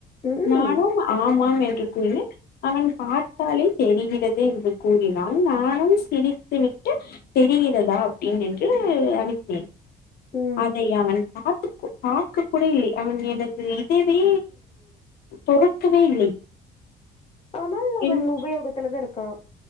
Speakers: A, on the left; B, on the left.
A: ம்.
B: நானும் ஆமாம் என்று கூறினேன் அவன் பாத் தாலே தெரிகிறது என்று கூறினால் நானம் சிரித்து விட்டு தெரிகிறதா அப்படின் என்று அனுப்பினேன்
A: ம்.
B: அதை அவன் பாத்து பார்க்க கூட இல்லை அவன் ஐமீன் எனது இதவே தொறக்கவே இல்லை
A: ஆனால் அவன்
B: என்னை
A: உபயோகத்துலதான் இருக்கான்